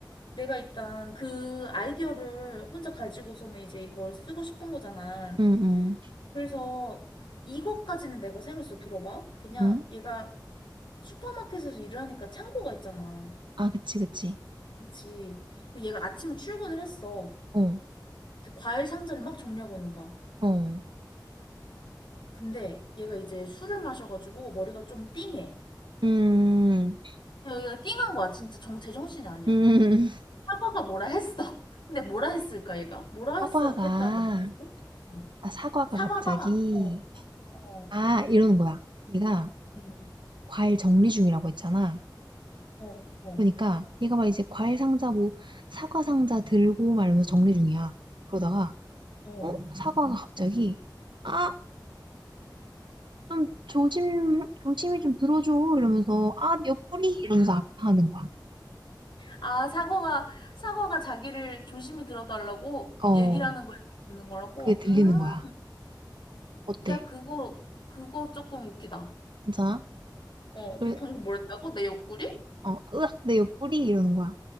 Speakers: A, on the left (about 75°); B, on the right (about 75°).
A: 내가 일단 그 아이디어를 혼자 가지고서는 이제 이걸 쓰고 싶은 거잖아.
B: 응, 응,
A: 그래서 이것까지는 내가 생각했어. 들어봐. 그냥
B: 응?
A: 얘가 슈퍼마켓에서 일을 하니까 창고가 있잖아.
B: 아, 그치, 그치.
A: 그치. 그리고 얘가 아침에 출근을 했어.
B: 어,
A: 과일 상자를 막 정리하고 있는 거야.
B: 어.
A: 근데 얘가 이제 술을 마셔가지고 머리가 좀 띵해.
B: 음,
A: 얘가 띵한 거야. 진짜 정, 제정신이 아니야.
B: 음. <laughs>
A: 사과가 뭐라 했어. <laughs> 근데 뭐라 했을까, 얘가? 뭐라 했어,
B: 사과가,
A: 했다면 좋겠어? 음.
B: 아, 사과가
A: 사과가,
B: 갑자기,
A: 어, 어,
B: 아, 이러는 거야. 얘가
A: 음,
B: 과일 정리 중이라고 했잖아.
A: 어, 어,
B: 그러니까 얘가 막 이제 과일 상자 뭐 사과 상자 들고 막 이러면서 정리 중이야. 그러다가
A: 어.
B: 어? 사과가 갑자기 아! 좀 조심 조심히 좀 들어줘 이러면서 아 내 옆구리 이러면서 아파하는 거야.
A: 아, 사과가, 사과가 자기를 조심히 들어달라고
B: 어
A: 얘기를 하는 걸 듣는 거라고?
B: 그게 들리는
A: 음,
B: 거야. 어때?
A: 야, 그거, 그거 조금 웃기다.
B: 괜찮아?
A: 어,
B: 그래
A: 네가 방금 뭐랬다고? 내 옆구리?
B: 어 으악 내 옆구리 이러는 거야.